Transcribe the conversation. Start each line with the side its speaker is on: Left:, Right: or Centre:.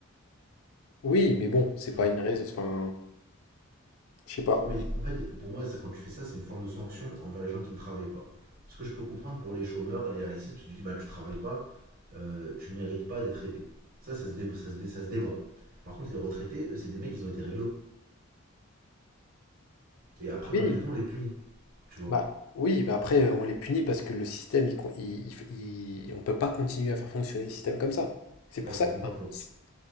Left: oui, mais bon, c'est
Right: tu
Left: pas
Right: vois.
Left: une raison. Enfin, je sais pas.
Right: Ouais, mais en fait, pour moi, c'est quand tu fais ça, c'est une forme de sanction envers les gens qui ne travaillent pas. Ce que je peux comprendre pour les chômeurs et les RSI, parce que tu dis, bah, tu travailles pas, euh, tu mérites pas d'être aidé. Ça, ça se, dé- ça, se dé- ça se débat. Par contre, les retraités, eux, c'est des mecs, ils ont été réglo. Et après,
Left: Oui,
Right: malgré tout, on les punit, tu vois.
Left: bah, oui, bah après, euh, on les punit parce que le système, il, con- il- il- il- on peut pas continuer à faire fonctionner le système comme ça. C'est pour
Right: Ouais, c'est
Left: ça
Right: un
Left: que,
Right: peu
Left: enfin,
Right: de leur faute.
Left: c'est-